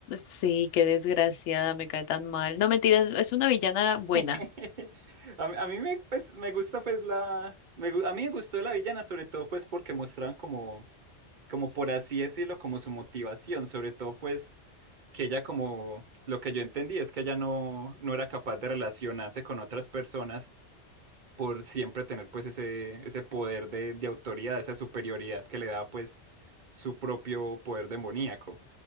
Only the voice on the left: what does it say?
Sí, qué desgraciada, me cae tan mal. No, mentiras, es una villana buena.